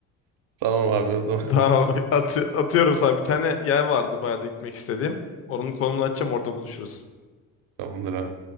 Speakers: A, on the right; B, on the left.
A: Tamam abi o zaman.
B: <laughs> Tamam. At atıyorum sana. Bir tane yer vardı bayağı da gitmek istediğim. Onun konumunu açacağım orada buluşuruz.
A: <laughs> Tamamdır abi.